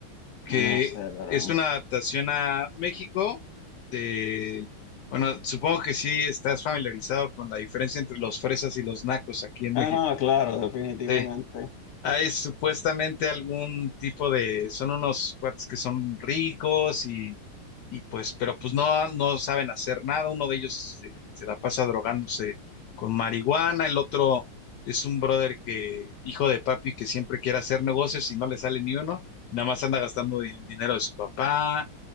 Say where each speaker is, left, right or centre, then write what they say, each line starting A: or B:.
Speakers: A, on the left; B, on the left.
A: que
B: No sé, pero...
A: es una adaptación a México de, bueno, supongo que sí estás familiarizado con la diferencia entre los fresas y los nacos aquí en
B: Ah,
A: México.
B: no, claro, definitivamente.
A: Sí. Hay supuestamente algún tipo de, son unos cuates que son ricos y, y pues, pero pues no, no saben hacer nada. Uno de ellos se, se la pasa drogándose con marihuana, el otro es un brother que, hijo de papi, que siempre quiere hacer negocios y no le sale ni uno, y nada más anda gastando el dinero de su papá,